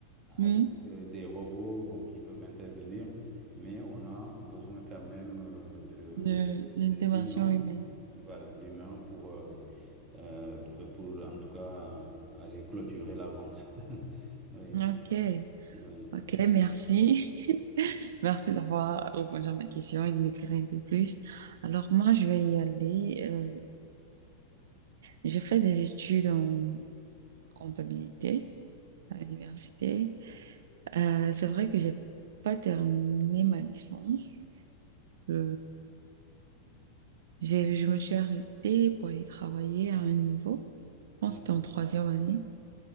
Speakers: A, on the right; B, on the right.
A: avec
B: oui,
A: euh, des robots bon, qui peuvent intervenir, mais on a besoin quand même euh, de,
B: de
A: de-
B: l'intervention
A: de- d'humains,
B: humaine.
A: voilà, d'humains pour... euh, euh, pour en tout cas aller clôturer la vente. <laughs> Oui,
B: Ok,
A: oui, donc,
B: ok, merci.
A: euh,
B: <laughs> Merci d'avoir répondu à ma question et de m'éclairer un peu plus. Alors moi, je vais y aller. Euh, j'ai fait des études en comptabilité. à l'université. Euh, c'est vrai que j'ai pas terminé ma licence. Je, j'ai- je me suis arrêtée pour aller travailler à un niveau. Je
A: d'accord.
B: pense que c'était en troisième année.